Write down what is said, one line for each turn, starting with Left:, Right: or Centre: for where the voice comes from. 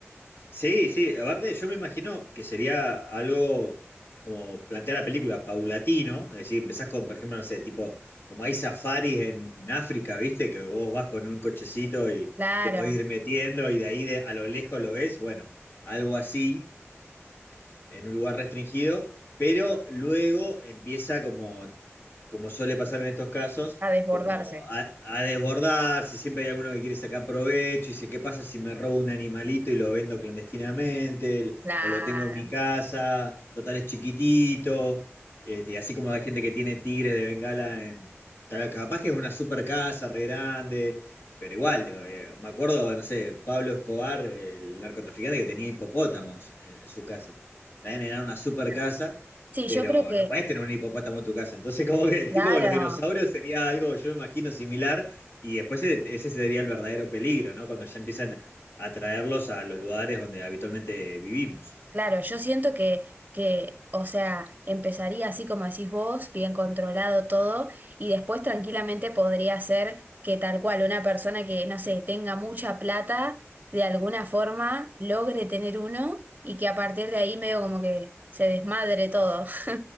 Left: Sí, sí, aparte yo me imagino que sería algo como plantear la película paulatino, es decir, empezás con, por ejemplo, no sé, tipo, como hay safaris en África, ¿viste? Que vos vas con un cochecito y
Right: Claro,
Left: te podés ir metiendo y de ahí de- a lo lejos lo ves, bueno, algo así, en un lugar restringido, pero luego empieza como, como suele pasar en estos casos,
Right: a desbordarse.
Left: como a, a desbordarse, siempre hay alguno que quiere sacar provecho y dice, ¿qué pasa si me robo un animalito y lo vendo clandestinamente? El-
Right: Claro.
Left: O lo tengo en mi casa, total es chiquitito, Este, así como hay gente que tiene tigres de Bengala en... tal- Capaz que es una super casa re grande, pero igual, eh, me acuerdo, no sé, Pablo Escobar, el narcotraficante que tenía hipopótamos en en su casa. También era una super
Right: claro.
Left: casa,
Right: Sí,
Left: pero
Right: yo creo que,
Left: no podés tener un hipopótamo en tu casa. Entonces, como que tipo
Right: claro.
Left: con los dinosaurios sería algo, yo me imagino, similar. Y después e- ese sería el verdadero peligro, ¿no? Cuando ya empiezan a traerlos a los lugares donde habitualmente vivimos.
Right: Claro, yo siento que, que, o sea, empezaría así como decís vos, bien controlado todo, y después tranquilamente podría ser que tal cual una persona que, no sé, tenga mucha plata, de alguna forma logre tener uno y que a partir de ahí medio como que se desmadre todo. <laughs>